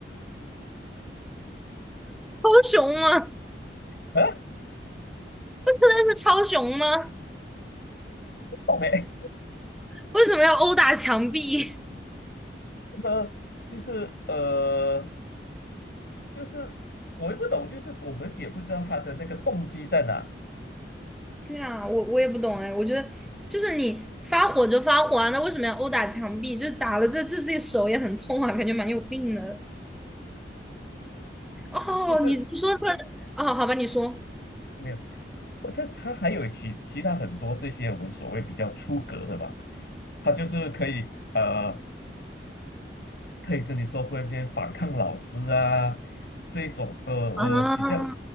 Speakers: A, in the centre; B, on the left.
A: 超雄吗？
B: 啊，
A: 真的是超雄吗？
B: 懂哎，
A: 为什么要殴打墙壁？
B: <laughs> 呃，就是呃，就是我也不懂，就是我们也不知道他的那个动机在哪，
A: <laughs> 对啊，我我也不懂哎，我觉得就是你发火就发火啊，那为什么要殴打墙壁？就是打了这这自己手也很痛啊，感觉蛮有病的。哦，
B: 就是
A: 你你说出来啊？好吧，你说
B: 没有，我他他还有其其他很多这些我们所谓比较出格的吧，他就是可以。呃。可以跟你说，忽然间反抗老师啊，这一种呃呃比较
A: 啊，